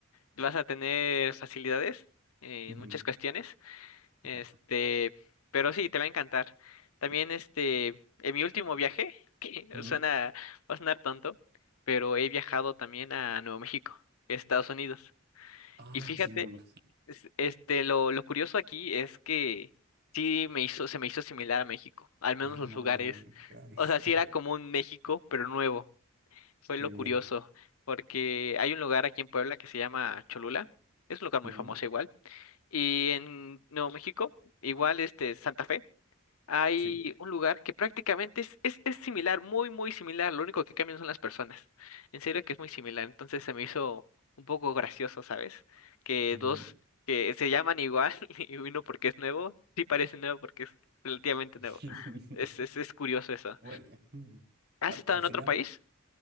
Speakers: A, on the left (about 80°); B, on the right (about 50°).
A: vas a tener facilidades eh,
B: ujú,
A: en muchas cuestiones.
B: ya.
A: Este, pero sí, te va a encantar. También,
B: Y-
A: este, en mi último viaje, <laughs> que
B: ujú.
A: suena, va a sonar tonto, pero he viajado también a Nuevo México, Estados Unidos.
B: Ah,
A: Y fíjate,
B: sí, no me
A: es- este, lo, lo curioso aquí es que sí me hizo, se me hizo similar a México, al menos
B: Ah,
A: los lugares.
B: ay,
A: O
B: sí.
A: sea, sí
B: <laughs>
A: era como un México, pero nuevo fue
B: Qué
A: lo
B: bien.
A: curioso, porque hay un lugar aquí en Puebla que se llama Cholula, es un lugar
B: Ujú.
A: muy famoso igual, y en Nuevo México, igual este Santa Fe, hay
B: Sí.
A: un lugar que prácticamente es, es, es similar, muy, muy similar, lo único que cambian son las personas, en serio que es muy similar, entonces se me hizo un poco gracioso, ¿sabes? Que
B: Bueno,
A: dos que se llaman igual <laughs> y uno porque es nuevo, sí parece nuevo porque es relativamente
B: <laughs>
A: nuevo. Es, es, es curioso eso.
B: bueno, mm.
A: ¿Has
B: al,
A: estado
B: al
A: en
B: final,
A: otro país?